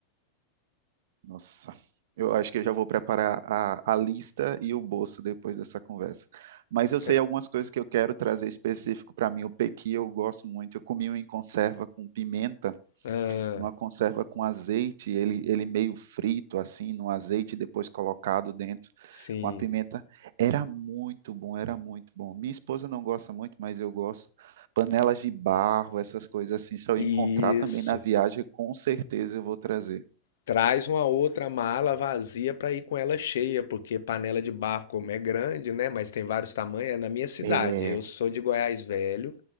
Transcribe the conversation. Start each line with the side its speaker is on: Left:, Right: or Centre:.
Right: Nossa, eu acho que eu já vou preparar a, a lista e o bolso depois dessa conversa. Mas eu sei
Left: É.
Right: algumas coisas que eu quero trazer específico para mim. O pequi eu gosto muito. Eu comi um em conserva com pimenta,
Left: Ah,
Right: numa conserva com azeite, ele, ele meio frito assim, no azeite depois colocado dentro
Left: sim.
Right: com a pimenta. Era muito bom, era muito bom. Minha esposa não gosta muito, mas eu gosto. Panelas de barro, essas coisas assim, se eu
Left: Isso.
Right: encontrar também na viagem, com certeza eu vou trazer.
Left: Traz uma outra mala vazia para ir com ela cheia, porque panela de barro, como é grande, né? Mas tem vários tamanhos, é na minha cidade.
Right: É,
Left: Eu sou de Goiás Velho